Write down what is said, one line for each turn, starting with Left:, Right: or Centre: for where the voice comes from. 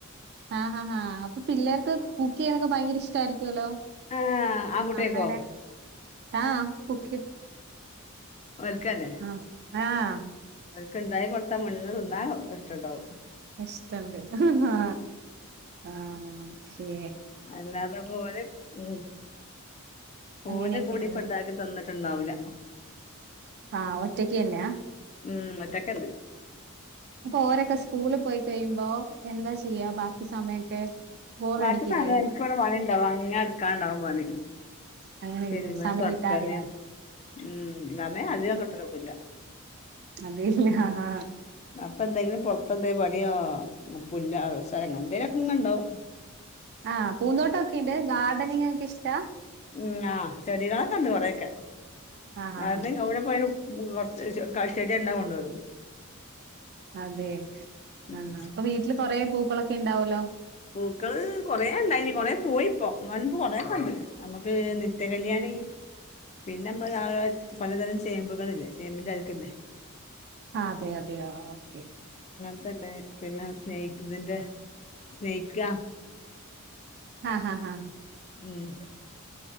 Right: ആഹ് ഹാ ഹാ അപ്പൊ പിള്ളേർക്ക് കുക്ക് ചെയ്യുന്നൊക്കെ ഭയങ്കര ഇഷ്ട ആയിരിക്കുവല്ലോ
Left: ആ ആൺകുട്ടികക്കോ
Right: നമ്മെടെ താഹ് കുക്കി
Left: ഓൽക്കല്ലേ
Right: അ ആഹ്
Left: ഓല്ക്ക്ണ്ടായി കൊടുത്ത മുണ്ണ് ത് ന്നാ ഇഷ്ടണ്ടാവും
Right: ഇഷ്ടണ്ട്ഹ് ഹ് ഹാ ആ ആഹ നൊണച്യേ
Left: അല്ലാതെ പോലെ ഉം പോലെ
Right: അങ്ങനെയൊക്കെയാണ്
Left: കൂടി പ്പോതാക്കി തന്നിട്ട് ട്ട്ണ്ടാവുല്ല
Right: ആഹ് ഒറ്റക്ക് ന്നെയാ
Left: ഉം ഒറ്റക്കന്നെ
Right: അപ്പൊ ഓരൊക്കെ സ്കൂളി പോയി കയിയുമ്പോ എന്താ ചെയ്യാ ബാക്കി സമയൊക്കെ ബോറടിക്കില്ലേ
Left: ബാക്കി സമയം എനിക്കിവിടെ പണിണ്ടാവും അങ്ങനെടുക്കാൻ ണ്ടാവും പണി
Right: അങ്ങനെയില്ല
Left: തിര്മ്പല്
Right: സമയം
Left: തൊടക്കല്
Right: കിട്ടാറില്ല
Left: ഊമ് സമയം അധികം കിട്ടലൊന്നുല്ല
Right: അതെ ഇല്ലഹ് ഹ ഹാ
Left: പ്പ ന്തെങ്കിലും പൊറത്തെന്തേ പണിയോ പുല്ല് <unintelligible> എന്തെലൊക്കെങ്ങണ്ടാവും
Right: ആഹ് പൂന്തോട്ടൊക്കെ ഉണ്ട്. ഗാർഡനിങ് ഒക്കെ ഇഷ്ടാ
Left: ഉം ആ ചെടികളൊക്കെ ഉണ്ട് കൊറെക്കെ.
Right: ആഹ് ആഹ്
Left: അത് ഏവിടെ പോയാലും കുറച്ച് <unintelligible> ചെടി കണ്ടാ കൊണ്ടോരൂം
Right: അതെ
Left: ഉം
Right: ആഹ്ആ പ്പൊ വീട്ടില് കൊറേ പൂക്കളൊക്കെ ഉണ്ടാവലോ
Left: പൂക്കള് കൊറേ ഉണ്ടായിനി കൊറെ പോയി പ്പോ ഇന്നാല് പ്പോ കൊറെേക്കെ ഉണ്ട് നമുക്ക് നിത്യ കല്യാണി പിന്നെ നമ്മള് അഹ് അഹ് പലതരം ചേമ്പുകളില്ലേ ചേമ്പിന്റെ മാതിരി ക്കില്ലേ
Right: അതെ അതെയോ ഓക്കെ
Left: ഇത്ണ്ട് പിന്നെ സ്നേഹിക്ക്തിന്റെ സ്നേഹിക്ക
Right: ആഹ് ഹ ഹഹ
Left: ഉം